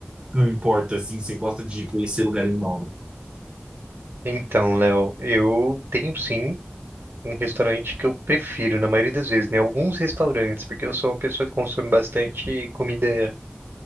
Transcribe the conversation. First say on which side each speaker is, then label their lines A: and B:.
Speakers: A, on the right (about 25°); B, on the right (about 65°).
A: não importa, assim, você gosta de conhecer lugares novos?
B: Então, Léo, eu tenho sim um restaurante que eu prefiro, na maioria das vezes, né? Alguns restaurantes, porque eu sou uma pessoa que consome bastante comida